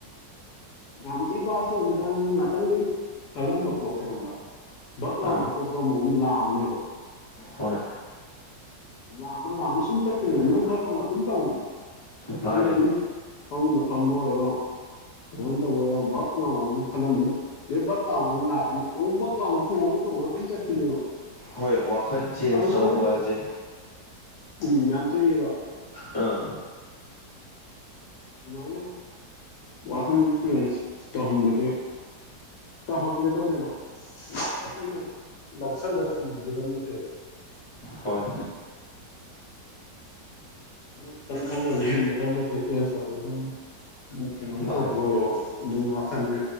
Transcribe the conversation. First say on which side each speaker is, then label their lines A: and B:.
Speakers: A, on the left; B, on the left.
A: ꯌꯥꯝ ꯊꯤ ꯕꯥꯁ ꯑꯣꯏꯒꯔꯥꯖꯥꯅꯤ ꯅꯪ ꯉꯥꯛꯇꯪꯒꯤ ꯈꯜꯂꯝꯕ ꯄꯣꯠꯁꯦ ꯈꯪꯕꯔꯥ ꯕꯛ ꯂꯥꯎꯅ
B: ꯑꯥ
A: ꯑꯇꯣꯞꯄ ꯑꯃ ꯑꯃꯨꯛ ꯂꯥꯝꯅꯦꯕ꯫
B: ꯍꯣꯏ
A: ꯂꯥꯝꯃ ꯂꯥꯝꯃ ꯁꯨꯝ ꯆꯠꯀꯅꯦꯕ ꯅꯪ ꯈꯜꯂꯨꯕ ꯑꯗꯨꯝ ꯇꯧꯕꯅꯦ
B: ꯃꯥꯅꯦ
A: ꯅꯣꯏ ꯑꯦꯅꯤ ꯐꯃꯨꯡꯗ ꯐꯝꯕ ꯑꯣꯏꯔꯣ ꯀꯩꯅꯣꯝ ꯇꯧꯕ ꯑꯣꯏꯔꯣ ꯚꯛ ꯂꯥꯎꯅ ꯑꯃꯨꯛ ꯈꯜꯂꯝꯃꯅꯤ꯫ ꯑꯗꯩꯩ ꯕꯛ ꯂꯥꯎ ꯃꯨꯛ ꯂꯥꯛꯀꯅꯤ ꯑꯃꯨꯛ ꯕꯛ ꯂꯥꯎ ꯆꯣꯡꯉ ꯆꯣꯡꯉꯒ ꯑꯗꯨꯝ ꯆꯠꯈꯤꯅꯦꯕ꯫
B: ꯍꯣꯏ ꯋꯥꯈꯜ ꯆꯦꯟꯖ
A: ꯑꯗꯨꯃꯥꯏꯅ
B: ꯇꯧꯕꯖꯦ꯫
A: ꯎꯝ ꯌꯥꯝ ꯊꯨꯏꯌꯦꯕ
B: ꯑꯥ
A: ꯑꯗꯨꯃꯥꯏꯅ ꯋꯥꯈꯜ ꯆꯦꯟꯖ ꯇꯧꯍꯟꯕꯖꯦ꯫ ꯇꯧꯍꯟꯒꯗꯃꯦꯕ ꯑꯈꯣꯏꯅ ꯂꯧꯁꯜꯂ ꯊꯝꯍꯟꯒꯗꯝ ꯅꯠꯇꯦꯕ꯫
B: ꯍꯣꯏ
A: ꯑꯃ ꯈꯇꯪ ꯈꯜꯂ ꯂꯩꯍꯟꯒꯗꯝ ꯅꯠꯇꯦ ꯆꯦꯟꯁ ꯇꯧꯍꯟꯒꯗꯝ ꯗꯨꯝ ꯀꯩꯅꯣꯝ
B: ꯃꯥꯅꯦ
A: ꯇꯧꯕ ꯑꯣꯏꯔꯣ ꯑꯗꯨꯝ ꯋꯥꯈꯟꯖꯦ꯫